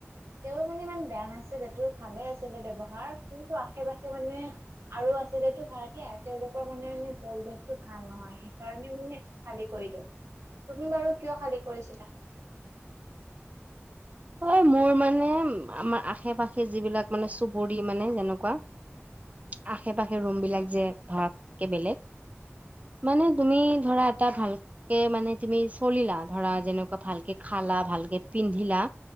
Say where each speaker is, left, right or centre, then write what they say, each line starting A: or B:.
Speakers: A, on the right (about 90°); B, on the right (about 30°).
A: তেওঁ মানে ইমান বেয়া নাছিলে, তোৰ ভালে আছিলে ব্যৱহাৰ কিন্তু আশে-পাশে মানে আৰু আছিলে টো ভাৰতীয় তেওঁলোকৰ মানে মে পৰিৱেশতটো ভাল নহয়। সেইকাৰণে মানে, খালী কৰি দিওঁ তুমি বাৰু কিয় খালী কৰিছিলা?
B: হয় মোৰ মানে, আমাৰ আশে-পাশে যিবিলাক মানে চুবৰি, মানে যেনেকুৱা। আশে-পাশে ৰুম বিলাক যে, ভাড়া থাকে বেলেগ। মানে তুমি ধৰা এটা ভাল কে, মানে তুমি চলিলাধৰা যেনেকুৱা ভালকে খালা, ভালকে পিন্ধিলা।